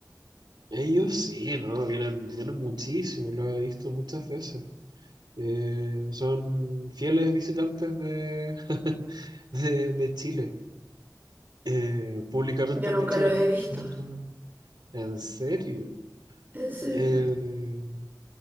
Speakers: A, on the right; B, on the right.
A: Ellos sí, ¿no? Vienen, vienen muchísimo, los he visto muchas veces. Eh, son fieles visitantes de, <laughs> de, de Chile. Eh, públicamente
B: Yo
A: han
B: nunca
A: dicho
B: los
A: que les
B: he visto.
A: gusta mucho. ¿En serio?
B: En serio.
A: Eh,